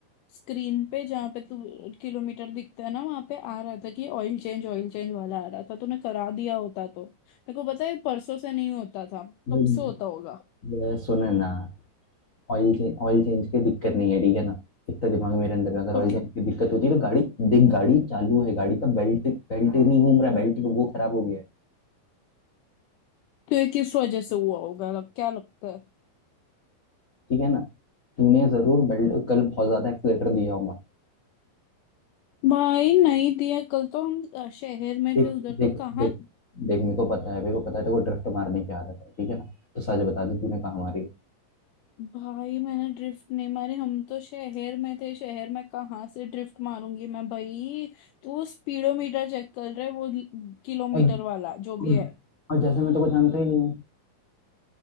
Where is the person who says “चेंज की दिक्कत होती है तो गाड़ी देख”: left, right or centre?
Left